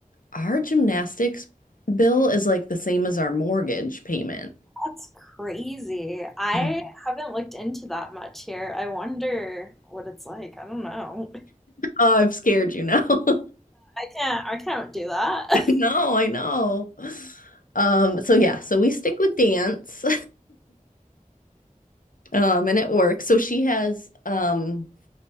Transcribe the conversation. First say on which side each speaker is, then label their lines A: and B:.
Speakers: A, on the left; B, in the centre.
A: Our gymnastics bill is like the same as our mortgage payment.
B: that's crazy. I
A: Yeah.
B: haven't looked into that much here. I wonder what it's like. I don't know.
A: Oh, I've scared you now. <laughs>
B: can't I can't do that. <laughs>
A: No, I know. Um, so yeah, so we stick with dance, um, and it works. So she has um